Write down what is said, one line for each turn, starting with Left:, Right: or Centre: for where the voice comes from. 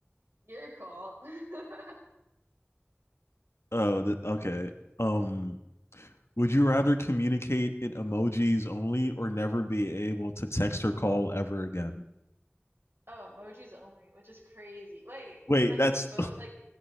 Right: Your call. <laughs>
Left: Oh, th- okay. Um, Would you rather communicate in emojis only or never be able to text or call ever again?
Right: Oh, emojis only, which is crazy. Wait,
Left: Wait,
Right: like
Left: that's
Right: spoke like